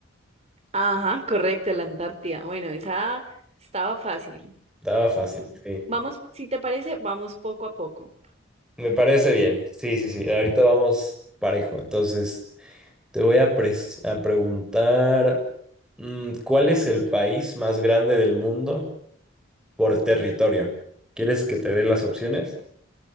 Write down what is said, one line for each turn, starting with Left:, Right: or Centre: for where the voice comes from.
Right: Ajá, correcto, la Antártida. Bueno, esa estaba fácil.
Centre: Estaba fácil,
Right: Vamos,
Centre: sí.
Right: vamos, si te parece, vamos poco a poco.
Centre: Me parece bien. Sí, sí, sí. Ahorita vamos parejo. Entonces... Te voy a, pres- a preguntar, mm, ¿cuál es el país más grande del mundo por territorio? ¿Quieres que te dé las opciones?